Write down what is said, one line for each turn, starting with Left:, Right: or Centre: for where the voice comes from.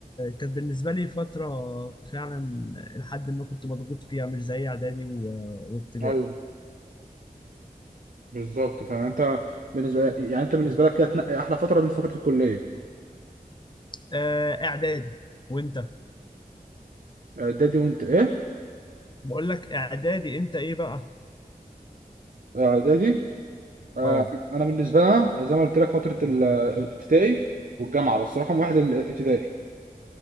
Left: كانت بالنسبه لي فتره فعلا لحد ما كنت مضغوط فيها مش زي اعدادي و- وابتدائي
Right: ايوه بالظبط فانت بالنسبة يعني انت بالنسبة لك كانت احلى فترة من فترة الكلية
Left: آه، اعدادي وانت
Right: اعدادي وانت ايه
Left: بقول لك اعدادي انت ايه بقى
Right: اعدادي آه،
Left: اه
Right: انا بالنسبه لنا زي ما قلت لك فتره ال- الابتدائي والجامعه بس رقم واحد الابتدائي